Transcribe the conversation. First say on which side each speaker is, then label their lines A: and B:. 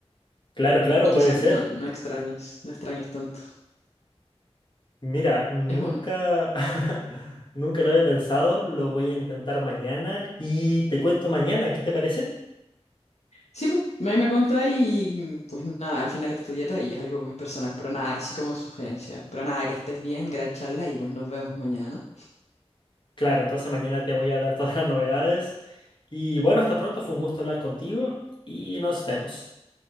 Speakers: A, on the left; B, on the left.
A: Claro, claro,
B: Y quizás
A: puede ser.
B: no, no extrañes, no extrañes tanto.
A: Mira, nunca,
B: Es un,
A: <laughs> nunca lo había pensado, lo voy a intentar mañana y te cuento mañana, ¿qué te parece?
B: Sí, pues, ahí me contás y mm, pues nada, al final es tu dieta y es algo muy personal, pero nada, así como sugerencia. Pero nada, que estés bien, gran charla y pues nos vemos mañana, ¿no?
A: Claro, entonces mañana te voy a dar <laughs> todas las novedades y bueno, hasta pronto, fue un gusto hablar contigo y nos vemos.